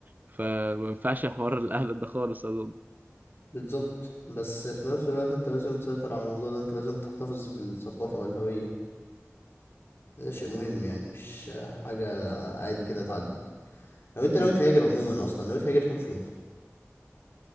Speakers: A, on the right; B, on the left.
A: فما ينفعش حوار الأهل ده خالص أظن
B: بالظبط بس في نفس الوقت انت لازم تسيطر على الموضوع ده انت لازم تحتفظ بالثقافه والهويه ده شيء مهم يعني مش حاجه عادي كده تعدي لو انت
A: مم.
B: ناوي تهاجر عموما اصلا ناوي تهاجر تروح فين